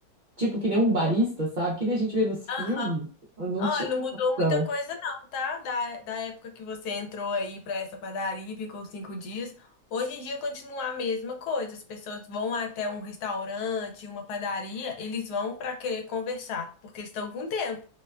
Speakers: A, on the right (about 65°); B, on the left (about 85°).
A: tipo, que nem um barista, sabe? Que nem a gente vê nos filmes,
B: <laughs>
A: eu não
B: Olha,
A: tinha
B: não mudou
A: opção.
B: muita coisa não, tá? Da, da época que você entrou aí pra essa padaria e ficou cinco dias. Hoje em dia continua a mesma coisa. As pessoas vão até um restaurante, uma padaria, eles vão pra querer conversar, porque eles estão com tempo.